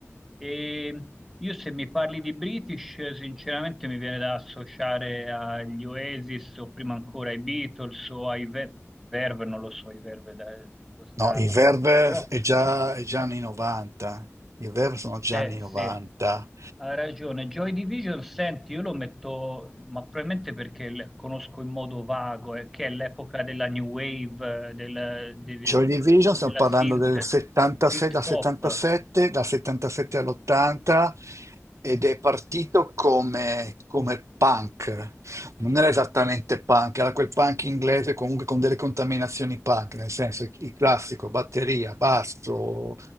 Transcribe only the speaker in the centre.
E io se mi parli di British, sinceramente mi viene da associare agli Oasis o prima ancora ai Beatles o ai Ve- Verve, non lo so, i Verve da dove stanno,
però...
Eh
sì, hai ragione. Joy Division, senti, io lo metto, ma probabilmente perché le- conosco in modo vago, eh, che è l'epoca della new wave, eh, del- de-
della
synth,
synth
pop.